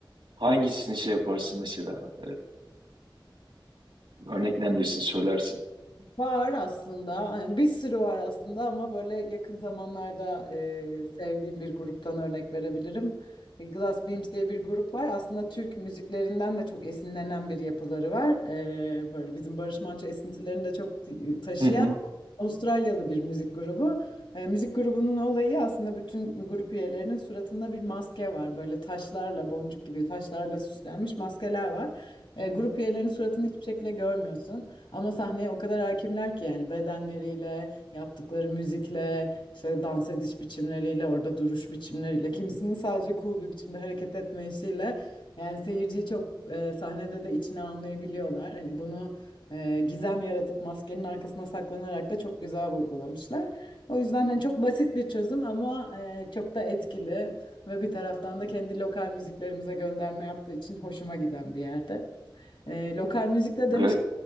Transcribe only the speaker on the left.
Var aslında. Yani bir sürü var aslında ama böyle yakın zamanlarda e, sevdiğim bir gruptan örnek verebilirim. E, Glass Beams diye bir grup var. Aslında Türk müziklerinden de çok esinlenen bir yapıları var. E, böyle bizim Barış Manço esintilerini de çok e, taşıyan
Avustralyalı bir müzik grubu. E, müzik grubunun olayı aslında bütün grup üyelerinin suratında bir maske var. Böyle taşlarla, boncuk gibi taşlarla süslenmiş maskeler var. E, grup üyelerinin suratını hiçbir şekilde görmüyorsun. Ama sahneye o kadar hakimler ki yani bedenleriyle, yaptıkları müzikle, işte dans ediş biçimleriyle, orada duruş biçimleriyle, kimisinin sadece cool bir biçimde hareket etmesiyle yani seyirciyi çok e, sahnede de içine almayı biliyorlar. Hani bunu e, gizem yaratıp maskenin arkasına saklanarak da çok güzel vurgulamışlar. O yüzden hani çok basit bir çözüm ama e, çok da etkili ve bir taraftan da kendi lokal müziklerimize gönderme yaptığı için hoşuma giden bir yerde. E, lokal müzikte
demiş.